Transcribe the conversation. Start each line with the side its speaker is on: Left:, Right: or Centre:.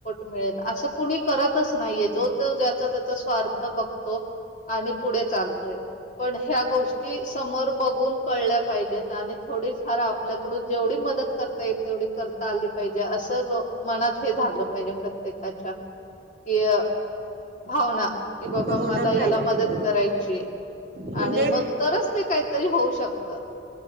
Left: मिल अस कुणी करतच नाहीये जोो ज्याचा त्याचा स्वार्थ बघ आणि पुढे चालतोय पण ह्या गोष्टी समोर बघून कळल्या पाहिजेत आणि थोडी फार आपल्याकडून जेवढी मदत करता येईल तेवढी करता आली पाहिजे असं मनात हे झालं पाहिजे प्रत्येकाच्या कि भावना कि बाबा
Right: भावना
Left: मला या्याला
Right: पाहिजे
Left: मदत
Right: हो
Left: करायची
Right: म्हणजे
Left: आणि मग तरच ते काहीतरी होऊ शकतं